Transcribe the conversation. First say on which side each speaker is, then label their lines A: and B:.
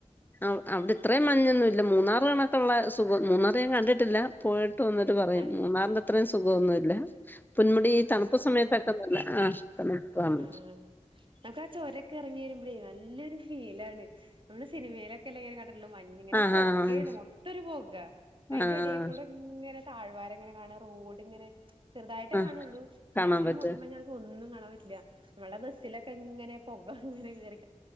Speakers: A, on the left; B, on the right.
A: അവി അവിടെ ഇത്രയും മഞ്ഞൊന്നു ഇല്ല മൂന്നാറ് കണൊക്കുള്ള സുഖം മൂന്നാറ് ഞൻ കണ്ടിട്ടില്ല പോയി യിട്ട് വന്നിട്ട് പറയും
B: അതെ
A: മൂന്നാറിന്റെത്രയും സുഖോന്നു ഇല്ല പൊന്മുടി തണുപ്പ് സമയത്തൊക്കെ ആഹ് തണുപ്പാണ്
B: ആ നമുക്ക് ആ ചോരൊക്കെ എറങ്ങിവരുമ്പം നല്ലൊരു ഫീലണ് നമ്മള് സിനിമയിലൊക്കെ ഇങ്ങനെ കൺ മ ഇങ്ങനെ
A: ആഹ്
B: പുകാണ്
A: ആഹ്
B: മൊത്ത ഒരു പ അതിന്റെടൽ
A: ആഹ്
B: കൂടെ ഇങ്ങനെ <unintelligible> മഞ്ഞ്ങ്ങനെ പോകേണ് മൊത്തൊരു പോകാ അയിന്റെ എടേക്കൂടെങ്ങനെ താഴ് വാരങ്ങനെ കാണാ റോഡ്ങ്ങനെ ചെറതായിട്ടേ
A: ആഹ്
B: കാണുള്ളൂ പക്ഷേ
A: കാണാൻ
B: നല്ല
A: പറ്റും
B: മൂടൽ മഞ്ഞാണ് ഒന്നും കാണാൻ റ്റ്ല്ലാ നമ്മളെ ബസ്സിലൊക്കെ ഇങ്ങനെ പൊക് പ്പ അങ്ങനെ കേറി